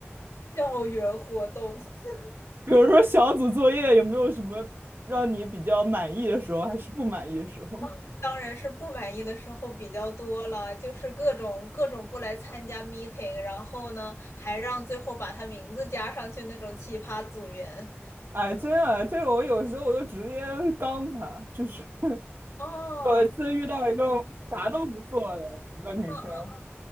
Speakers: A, on the left; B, on the right.
A: 校园活动 <laughs>
B: <laughs> 比如说小组作业，有没有什么让你比较满意的时候，还是不满意的时候？
A: 啊，
B: <laughs>
A: 当然是不满意的时候比较多了，就是各种各种不来参加 meeting，然后呢，还让最后把他名字加上去那种奇葩组员。
B: 哎，真的，这个我有时候我就直接刚他，就是 <laughs>
A: 哦，
B: 有一次遇到一个啥都不做的一个女生，
A: 嗯，